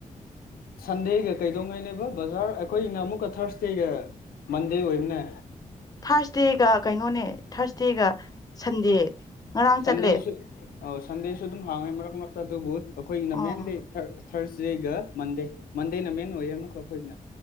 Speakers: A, on the left; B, on the left.
A: ꯁꯟꯗꯦꯒ ꯀꯩꯗꯧꯉꯩꯅꯦꯕ ꯕꯖꯥꯔ ꯑꯩꯈꯣꯏꯅ ꯑꯃꯨꯛꯀ ꯊꯥꯔꯁꯗꯦꯒ ꯃꯟꯗꯦ ꯑꯣꯏꯕꯅꯦ
B: ꯊꯥꯔꯁꯗꯦꯒ ꯀꯩꯅꯣꯅꯦ ꯊꯥꯔꯁꯗꯦꯒ ꯁꯟꯗꯦ ꯉꯔꯥꯡ
A: ꯁꯟꯗꯦꯁꯨ
B: ꯆꯠꯂꯦ
A: ꯑ ꯁꯟꯗꯦꯁꯨ ꯑꯗꯨꯝ ꯍꯥꯡꯉꯦ ꯃꯔꯛ ꯃꯔꯛꯇ ꯑꯗꯨꯕꯨ ꯑꯩꯈꯣꯏꯒꯤꯅ
B: ꯑꯣ
A: ꯃꯦꯟꯗꯤ ꯊꯔꯁꯗꯦꯒ ꯃꯟꯗꯦ ꯃꯟꯗꯦꯅ ꯃꯦꯟ ꯑꯣꯏꯌꯦ ꯑꯃꯨꯛꯀ ꯑꯩꯈꯣꯏꯒꯤꯅ